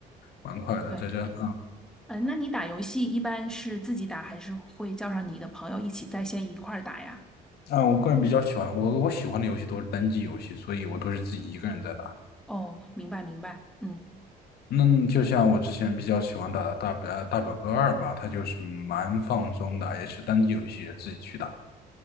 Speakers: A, on the left; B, in the centre.
A: 蛮快的。
B: 对，
A: 再加上
B: 嗯，那你打游戏一般是自己打，还是会叫上你的朋友一起在线一块儿打呀？
A: 啊，我个人比较喜欢我我喜欢的游戏都是单机游戏，所以我都是自己一个人在打。
B: 哦，明白明白。嗯。
A: 那就像我之前比较喜欢打的大表呃大表哥二吧，它就是蛮放松的，也是单机游戏，自己去打。